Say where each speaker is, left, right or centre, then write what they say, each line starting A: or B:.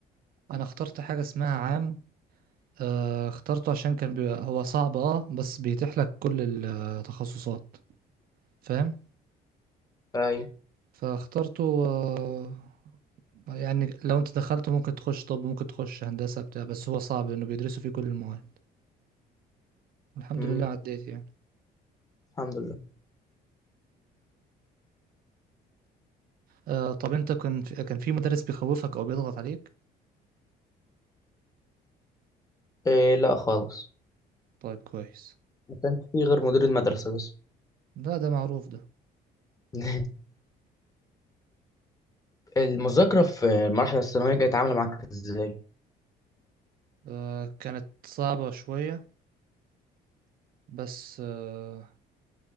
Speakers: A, on the right (about 60°); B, on the left (about 20°).
A: انا اخترت حاجة اسمها عام آه اخترته عشان كان بي... هو صعب اه بس بيتيح لك كل التخصصات فاهم؟
B: اي
A: فاخترته آه يعني لو انت دخلته ممكن تخش طب ممكن تخش هندسة بتاع بس هو صعب انه بيدرسوا فيه كل المواد الحمد
B: مم.
A: لله عديت يعني
B: الحمد لله
A: آه طب انت كان في- كان في مدرس بيخوفك او بيضغط عليك
B: آه، لا خالص
A: طيب كويس
B: ما كانش فيه غير مدير المدرسة بس
A: ده ده معروف ده
B: <laughs> المذاكرة في المرحلة الثانوية كانت عاملة معاك ازاي؟
A: آه كانت صعبة شوية بس آه